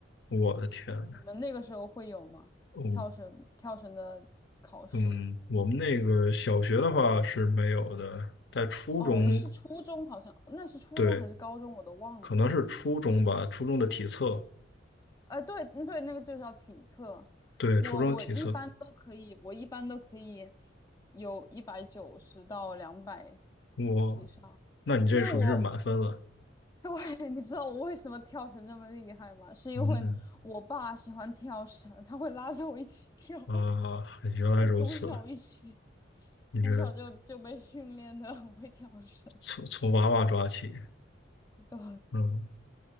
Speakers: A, on the left; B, on the left.
A: 我的天呐，
B: 你们那个时候会有吗？
A: 哦
B: 跳绳跳绳的考试？
A: 嗯，我们那个小学的话是没有的，在初中，
B: 哦，我们是初中，好像那是初中还是高中，
A: 对，
B: 我都忘了。
A: 可能是初中吧，初中的体测，
B: 呃，对嗯对，那个就叫体测。
A: 对，
B: 我我一般都可以，
A: 初中体测，
B: 我一般都可以有一百九十到两百
A: 我，
B: 以上，
A: 那你这属于是满分了，
B: 因为我 <laughs> 对，你知道我为什么跳绳这么厉害吗？是因为我爸喜欢跳绳，
A: 嗯
B: 他会拉着我一起跳，
A: 啊，
B: <laughs>
A: 原来如此。
B: 就从小一起，
A: 你这
B: 从小就就被训练的很会跳绳。
A: 从从娃娃抓起，
B: <laughs> 对，
A: 嗯